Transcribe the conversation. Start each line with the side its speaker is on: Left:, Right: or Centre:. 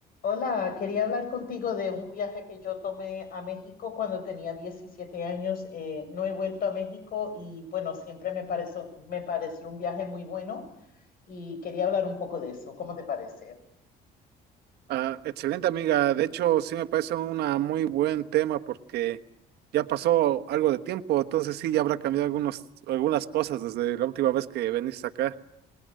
Left: Hola, quería hablar contigo de un viaje que yo tomé a México cuando tenía 17 años. Eh, no he vuelto a México y bueno, siempre me pareció, me pareció un viaje muy bueno y quería hablar un poco de eso. ¿Cómo te parece?
Right: Ah, excelente amiga, de hecho sí me parece un muy buen tema porque ya pasó algo de tiempo, entonces sí ya habrá cambiado algunos, algunas cosas desde la última vez que veniste acá.